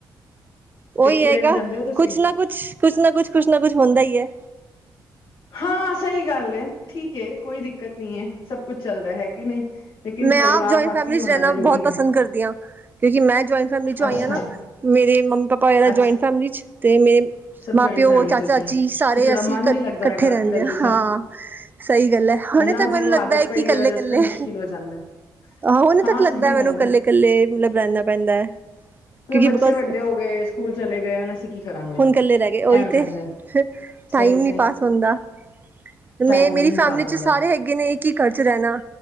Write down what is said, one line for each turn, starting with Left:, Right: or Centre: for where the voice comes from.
Left: ਪੇਕੇ
Right: ਉਹੀ ਹੈਗਾ।
Left: ਰਹਿਣ ਜਾਂਦੇ ਹੋ ਤੁਸੀਂ
Right: ਕੁਛ ਨਾ ਕੁਛ, ਕੁਛ ਨਾ ਕੁਛ, ਕੁਛ ਨਾ ਕੁਛ ਹੁੰਦਾ ਹੀ ਹੈ।
Left: ਹਾਂ। ਸਹੀ ਗੱਲ ਹੈ। ਠੀਕ ਹੈ, ਕੋਈ ਦਿੱਕਤ ਨਹੀਂ ਹੈ, ਸਭ ਕੁੱਛ ਚੱਲਦਾ ਹੈ। ਕਿ ਨਹੀਂ ਲੇਕਿਨ
Right: ਮੈਂ
Left: ਪਰਿਵਾਰ
Right: ਆਪ ਜੋਇੰਟ
Left: ਵਾਕਈ
Right: ਫੈਮਿਲੀ
Left: ਹੋਣਾ
Right: ਚ ਰਹਿਣਾ
Left: ਜ਼ਰੂਰੀ
Right: ਬਹੁਤ ਪਸੰ
Left: ਹੈ
Right: ਕਰਦੀ ਹਾਂ, ਕਿਉਂਕਿ ਮੈਂ ਜੋਇੰਟ ਫੈਮਿਲੀ ਚੋ
Left: ਅੱਛਾ
Right: ਆਈ ਆਂ ਨਾ ਮੇਰੇ ਮਮੀ ਪਾਪਾ ਹੋਏ ਨਾ,
Left: ਅੱਛਾ
Right: ਜੋਇੰਟ ਫੈਮਿਲੀ ਚ ਤੇ ਮੈਂ
Left: ਸਭ
Right: ਮਾਂ-
Left: ਜੁਆਇੰਟ
Right: ਪਿਓ,
Left: ਫੈਮਿਲੀ
Right: ਚਾਚਾ-
Left: ਚ ਅਸੀਂ
Right: ਚਾਚੀ ਸਾਰੇ
Left: ਫਿਰ ਥੋੜਾ
Right: ਅਸੀਂ
Left: ਮਨ
Right: ਇਕੱਠੇ
Left: ਨੀ ਲੱਗਦਾ ਹੈਗਾ
Right: ਰਹਿੰਦੇ
Left: ਜਲਦੀ ਸੇ
Right: ਹਾਂ। ਸਹੀ ਗੱਲ ਹੈ। ਹੁਣੇ
Left: ਹਨਾ
Right: ਤੱਕ ਮੈਨੂੰ
Left: ਜਿਹਨੂੰ
Right: ਲੱਗਦਾ
Left: ਆਦਤ
Right: ਹੈ, ਕਿ
Left: ਪਈ
Right: ਇਕੱਲੇ
Left: ਹੋਏ ਰਸਤੇ
Right: ਕੱਲੇ
Left: ਮੁਸ਼ਕਿਲ ਹੋ ਜਾਂਦਾ
Right: ਆਹੋ ਉਹਨੇ
Left: ਹਾਂ
Right: ਤੱਕ ਲੱਗਦਾ
Left: ਸਹੀ
Right: ਮੈਨੂੰ
Left: ਗੱਲ
Right: ਕੱਲੇ
Left: ਹੈ
Right: ਕੱਲੇ, ਮਤਲਬ ਰਹਿਣਾ ਪੈਂਦਾ ਹੈ ਕਿਉਂਕਿ
Left: ਹੁਨ ਬੱਚੇ
Right: ਬਿਕੋਜ
Left: ਵੱਡੇ ਹੋ ਗਏ। ਸਕੂਲ ਚਲੇ ਗਏ। ਹੁਨ ਅਸੀ ਕੀ ਕਰਾਂਗੇ
Right: ਹੁਣ ਕੱਲੇ ਰਹਿ ਗਏ। ਉਹੀ
Left: ਐ ਹੋ ਜਾਂਦਾ
Right: ਤੇ
Left: ਹੈ। ਸਹੀ
Right: ਟਾਈਮ ਨੀ
Left: ਸਹੀ
Right: ਪਾਸ ਹੁੰਦਾ। ਮੈਂ
Left: ਟਾਈਮ
Right: ਮੇਰੀ
Left: ਨਹੀਂ
Right: ਫੈਮਿਲੀ
Left: ਪਾਸ
Right: ਚ
Left: ਹੁੰਦਾ
Right: ਸਾਰੇ ਹੈਗੇ ਨੇ ਇਹ ਕੀ ਕਰਦੇ ਰਹਿਣਾ